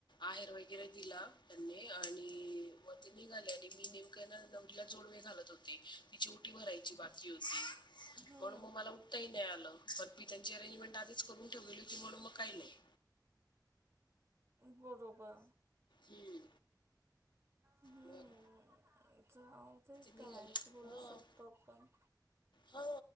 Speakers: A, on the left; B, on the right.
A: आहेर वगैरे दिला त्यांनी, आणि मग ते निघाले, आणि मी नेमकं आहे ना... नवरीला जोडवे घालत होते तिची उटी भरायची <inaudible>
B: हम्म,
A: म्हणुन मं मला उठता येईना. पण मी त्यांची अरेंजमेंट आधीच करून ठेवली होती, म्हणून मग काही नाही.
B: बरोबर.
A: हम्म.
B: हम्म
A: मग
B: च ते
A: निघाले
B: कायच बोलू
A: हा
B: शकतो आपण!
A: हा,